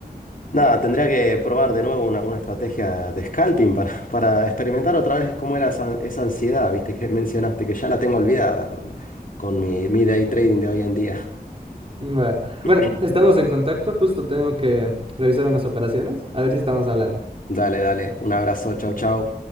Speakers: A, on the left (about 55°); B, on the right (about 35°).
A: Nada, tendría que probar de nuevo una, una estrategia de scalping para, para experimentar otra vez cómo era esa, esa ansiedad, viste, que mencionaste, que ya la tengo olvidada con, con mi, mi day trading de hoy en día.
B: Va.
A: <clears throat>
B: Bueno, estamos en contacto, justo tengo que revisar unas operaciones, a ver si estamos hablando.
A: Dale, dale, un abrazo, chau, chau.